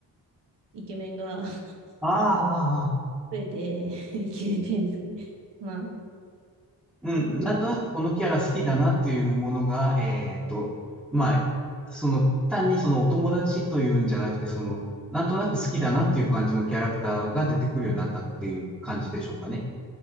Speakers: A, on the right; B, in the centre.
A: イケメンが <laughs>
B: ああ、ああ、
A: 増えて、<laughs> イケメンって言うんですかね。まあ、
B: うん。
A: ですごい
B: なんとなくこのキャラ好きだなっていうものが、えっと、まあ、その、単にそのお友達というんじゃなくて、その、なんとなく好きだなっていう感じのキャラクターが出てくるようになったっていう感じでしょうかね。